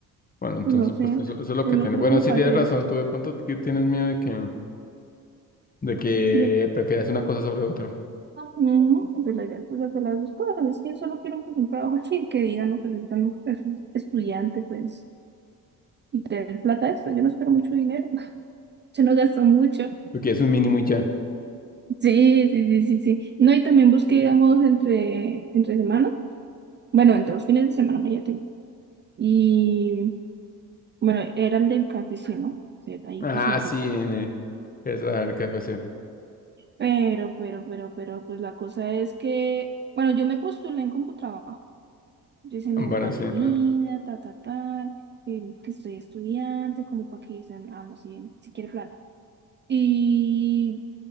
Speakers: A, on the left; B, on the right.
A: Bueno, entonces,
B: pues no sé,
A: pues eso, eso es lo
B: yo
A: que
B: no
A: tiene.
B: creo
A: Bueno,
B: que me
A: sí
B: pase
A: tienes razón,
B: eso.
A: tú de pronto que tienes miedo de que, de que
B: de qué?
A: prefieras una cosa sobre otra.
B: No, pues la idea pues hacer las dos cosas. Es que yo solo quiero un trabajo <laughs> chill que digan lo que les dan los- estudiantes, pues tener plata de esto. Yo no espero mucho dinero. <laughs> Se nos gastó mucho.
A: Porque es un mínimo y ya.
B: Sí, sí, sí, sí, sí. No, y también busqué, digamos, entre, entre semana. Bueno, entre los fines de semana me ya tengo. Y bueno, era el del KFC, ¿no? O sea, ahí
A: Ah,
B: cocinerita.
A: sí, en el- es la KFC.
B: Pero, pero, pero, pero, pues la cosa es que, bueno, yo me postulé en Computrabajo Yo hice mi
A: Bueno,
B: hoja de
A: sí.
B: vida,
A: mm,
B: ta, ta, ta, eh, que estoy estudiante, como para que dicen, ah, no, si, si quiere plata. Y,